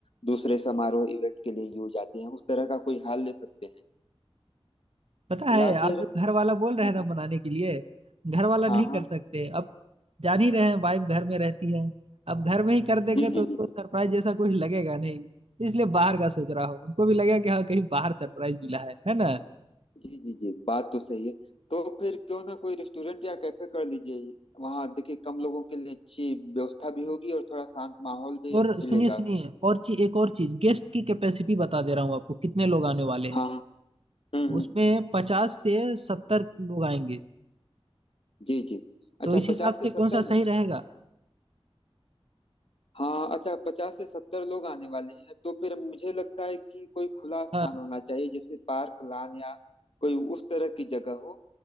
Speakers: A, on the left (about 65°); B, on the right (about 70°).
A: दूसरे समारोह इवेंट के लिए यूज आते हैं उस तरह का कोई हॉल ले सकते हैं
B: पता है
A: या
B: आप
A: फिर
B: जब घर वाला बोल रहे
A: जी
B: हैं
A: जी
B: ना बनाने के लिए घर वाला नहीं
A: हाँ हाँ
B: कर सकते अब जान ही रहे हैं वाइफ घर में रहती है अब घर में ही कर देंगे
A: जी
B: तो
A: जी
B: उसको
A: जी
B: सरप्राइज जैसा कुछ लगेगा नहीं इसलिए बाहर का सोच रहा हूँ उनको भी लगेगा कि हाँ कहीं बाहर सरप्राइज मिला है है ना
A: जी जी जी बात तो सही है तो फिर क्यों ना कोई रेस्टोरेंट या कैफे कर लीजिए वहां देखिए कम लोगों के लिए अच्छी व्यवस्था भी होगी और थोड़ा शांत माहौल भी
B: और सुनिए
A: मिलेगा
B: सुनिए और चीज एक और चीज गेस्ट की कैपेसिटी बता दे रहा हूँ आपको कितने लोग आने वाले हैं
A: हाँ हाँ, हम्म हम्म
B: उसमें पचास से सत्तर लोग आएंगे
A: जी जी अच्छा
B: तो इस हिसाब
A: पचास से
B: से
A: सत्तर
B: कौन सा
A: लोग
B: सही
A: हैं
B: रहेगा
A: हाँ अच्छा पचास से सत्तर लोग आने वाले हैं तो फिर मुझे लगता है कि कोई खुला स्थान
B: हाँ
A: होना चाहिए जिसमें पार्क लान या कोई उस तरह की जगह हो